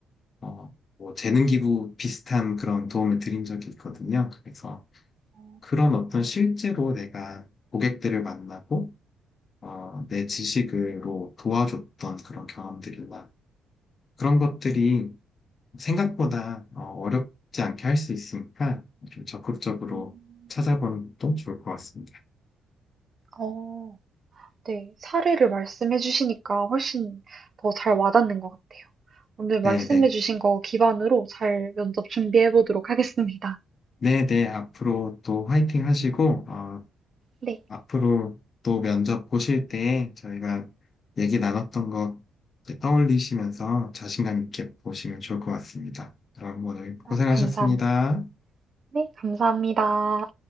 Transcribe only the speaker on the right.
어,
음,
어, 네. 사례를 말씀해 주시니까 훨씬 더 잘 와닿는 것 같아요. 오늘 말씀해
주신 거 기반으로 잘 면접 준비해 보도록 하겠습니다.
네.
아, 감사합니다. 네. 감사합니다.